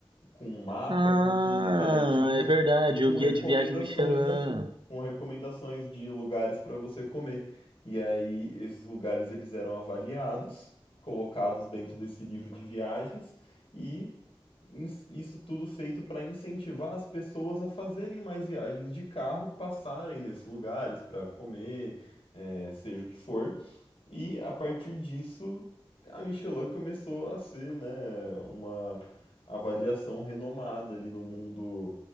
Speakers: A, on the left; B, on the right.
A: com um mapa,
B: Ah,
A: com tudo detalhadinho,
B: é verdade,
A: com
B: o guia
A: recomendações,
B: de viagem Michelin.
A: com recomendações de lugares para você comer. E aí, esses lugares eles eram avaliados, colocados dentro desse livro de viagens e isso tudo feito para incentivar as pessoas a fazerem mais viagens de carro, passarem nesses lugares para comer, é, seja o que for. E a partir disso, a Michelin começou a ser, né, uma avaliação renomada ali no mundo